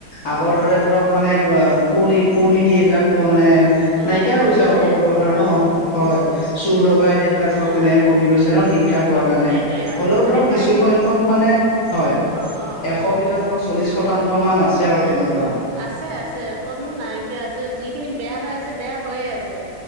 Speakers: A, on the left (about 55°); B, on the right (about 85°).
A: আগৰ
B: অ
A: দৰে ধৰক মানে কী কু নীতি এইবিলাক কোৱা মানে
B: অ
A: নাইকিয়া
B: কমিছে
A: হৈ গৈছে অপব্যৱহাৰ
B: উম
A: ন
B: উম
A: হয়
B: উম
A: চোৰ ডকাঁইট এইবিলাক ধৰক
B: অ
A: তেনেকে কমি গৈছে ন শিক্ষা হোৱা কাৰণে।
B: সেইটোৱে আৰু
A: হ'লেও
B: এতিয়া
A: ধৰক
B: পাৰি
A: কিছুসখ্যক মানে হয়।
B: অ উম,
A: এশৰ ধৰক চল্লিশ শতাংশ মান আছে আৰু তেনেকুৱা।
B: উম, আছে আছে অকনো নাইকিয়া আছে যিখিনি বেয়া হৈ আছে বেয়া হৈয়ে আছে।